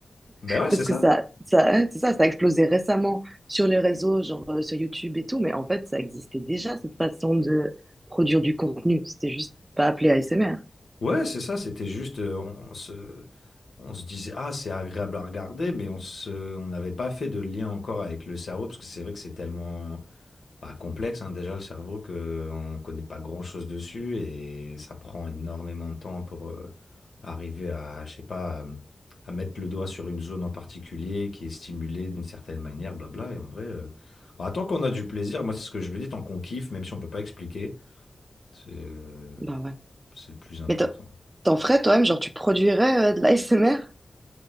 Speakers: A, on the left; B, on the right.
A: ben ouais,
B: Parce
A: c'est ça.
B: que ça, ça, hein, c'est ça, ça a explosé récemment sur les réseaux, genre euh, sur YouTube et tout, mais en fait, ça existait déjà, cette façon de produire du contenu. C'était juste pas appelé ASMR.
A: Ouais, c'est ça, c'était juste, euh, on se, on se disait, ah, c'est agréable à regarder, mais on se, on n'avait pas fait de lien encore avec le cerveau, parce que c'est vrai que c'est tellement bah, complexe, hein, déjà, le cerveau, qu'on ne connaît pas grand-chose dessus, et ça prend énormément de temps pour euh, arriver à, je sais pas, à, à mettre le doigt sur une zone en particulier qui est stimulée d'une certaine manière, blabla, et en vrai, euh, bah, tant qu'on a du plaisir, moi, c'est ce que je le dis, tant qu'on kiffe, même si on ne peut pas expliquer, c'est euh,
B: Bah ouais.
A: c'est le plus important.
B: Mais t'en t'en ferais toi-même, genre tu produirais euh, de l'ASMR?